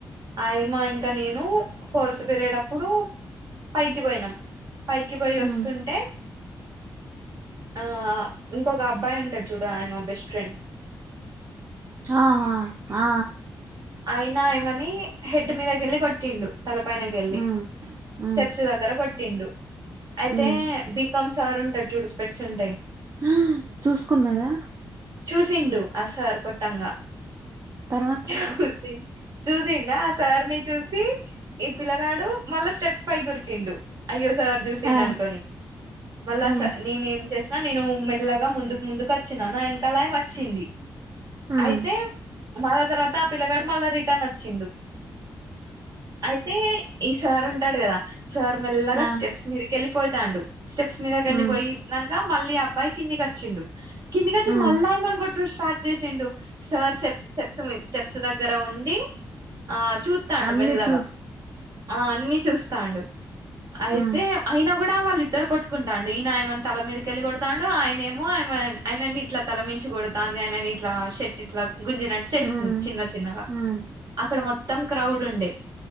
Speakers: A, on the right; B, on the right.
A: అయమా ఇంకా నేను ఫోర్త్ పేరియడ్డప్పుడు పైకి పోయినాం పైకి పోయి
B: హ్మ్.
A: వస్తుంటే ఆ ఇంకొక అబ్బాయి ఉంటడు చూడు ఆయమా బెస్ట్ ఫ్రెండ్
B: ఆ హ ఆ
A: అయినా ఏయమని హెడ్ మీదకి వెళ్ళి కొట్టిండు తల పైనకి వెళ్ళి
B: హ్మ్. హ్మ్.
A: స్టెప్స్ దగ్గర కొట్టిండు అయితే
B: హ్మ్.
A: బికామ్ సార్ ఉంటాడు చూడు స్పెక్ట్స్ ఉంటాయి
B: ఆహ్ చూసుకున్నదా
A: చూసిండు ఆ సార్ కొట్టంగా
B: తర్వాత?
A: చూసి చూసిండా ఆ సార్ ని చూసి ఈ పిలగాడు మళ్ళ స్టెప్స్ పై కురికిండు అయ్యో సార్ చుసిండు
B: ఆ!
A: అనుకోని మళ్ళాస
B: హ్మ్.
A: నేన్ ఏం చేస్ న్ నేను మెల్లగా ముందుక్ ముందుక్ వోచ్చిన నా వెనకాల ఆమె అచ్చింది
B: హ్మ్.
A: అయితే మళ్ళ తర్వాత ఆ పిల్లగాడ్ మళ్ళ రిటర్న్ వోచ్చిండు అయితే ఈ సార్ ఉంటాడ్ గదా సార్ మెల్లగా
B: ఆ!
A: స్టెప్స్ మీదకెళ్ళి పోయితాండూ స్టెప్స్ మీదకెళ్లిపోయినంక
B: హ్మ్.
A: మళ్ళీ అబ్బాయి కిందికి వోచ్చిండు కిందికి వోచ్చి
B: హ్మ్.
A: మళ్ళయమ్మను కొట్టుడు స్టార్ట్ చేసిండు స్టర్ సెవ్ స్టెప్స్ మీద స్టెప్ దగ్గర ఉండి ఆ చూతండు
B: అన్నీ
A: మెల్లగా
B: చూసి
A: ఆ అన్ని చూస్త తండు అయితే
B: హ్మ్.
A: అయినా గుడా వాల్ ఇద్దరు కొట్టుకుంటాండు ఇనా అయిమెని తల మీదకెళ్ళి కొడతాండు ఆయననేమో ఆయనని ఇట్లా తలమించి కొడతాంది అయినని ఇట్లా షట్ ఇట్లా గుంజినట్టు చేస్తుంది
B: హ్మ్.
A: చిన్న చిన్నగా
B: హ్మ్.
A: అక్కడ మొత్తం మొత్తం క్రౌడ్ ఉండే